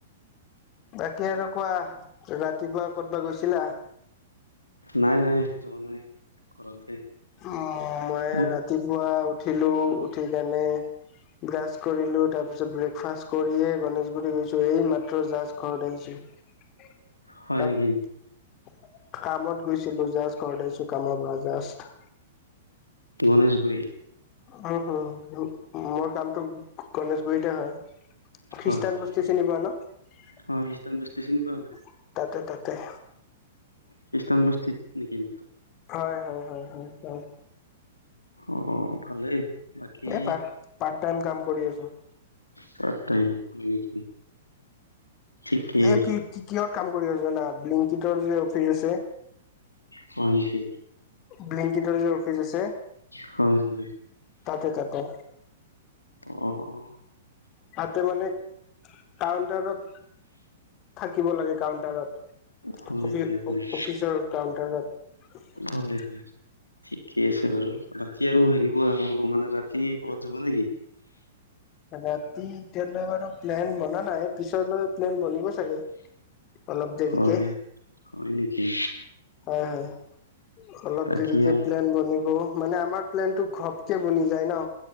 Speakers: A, on the left; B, on the left.
A: বাকী আৰু কোৱা? ৰাতিপুৱা কতবা গৈছিলা?
B: নাই-নাই, যোৱা নাই ঘৰতে।
A: অহ মই
B: অ
A: ৰাতিপুৱা উঠিলো, উঠি কানে ব্ৰাচ কৰিলো, তাৰপিছত ব্ৰেকফাষ্ট কৰিয়ে গণেশগুৰি গৈছো। এই মাত্ৰ জাষ্ট ঘৰত আহিছো।
B: হয়
A: কাক?
B: নেকি
A: কামত গৈছিলো, জাজ ঘৰত আহিছো, কামৰ পৰা জাষ্ট।
B: গণেশগুৰি?
A: উম হুম, মোৰ কামটো গণেশগুৰিতে হয়। খ্ৰীষ্টান
B: হয় হয়
A: বস্তি
B: হয়
A: চিনি পোৱা ন?
B: অ খ্ৰীষ্টান বস্তি চিনি পাওঁ
A: তাতে-তাতে।
B: খ্ৰীষ্টানবস্তিত নেকিন?
A: হয়-হয়-হয়-হয়-হয়।
B: অ ভালেই। বাকী
A: এই পাৰট পাত টাইম কাম কৰি আছো। ত
B: পাৰ্ট টাইম হয় নেকি? ঠিকেই
A: এ
B: আৰু
A: কি কি কিহৰ কাম কৰি আছ। কিমান টকাত ব্লিংকিটৰ যে অফিচ আছে
B: হয় নেকি
A: ব্লিংকটৰ যে অফিচ আছে
B: হয় হয়
A: তাতে তাতে।
B: অ
A: তাতে মানে কাউন্টাৰত থাকিব লাগে কাউন্টাৰত।
B: হয়
A: অফ
B: হয় হয়
A: অফিচৰ কাউণ্টাৰত।
B: হয় হয় ঠিকে আছে বাৰু বাকী আৰু হেৰিবোৱা আৰু মানে ৰাতি ক'ত যাবা নেকি?
A: ৰাতি এতিয়ালৈ বাৰু প্লেন বনা নাই পিছলৈ প্লেন বনিব চাগে। অলপ দেৰিকে
B: হয় হয় নেকি?
A: হয় হয় অলপ
B: বাকী
A: দেৰিকে
B: আৰু
A: প্লেন বনিব মানে আমাৰ প্লেনটো। দুখত বুনি যায় ন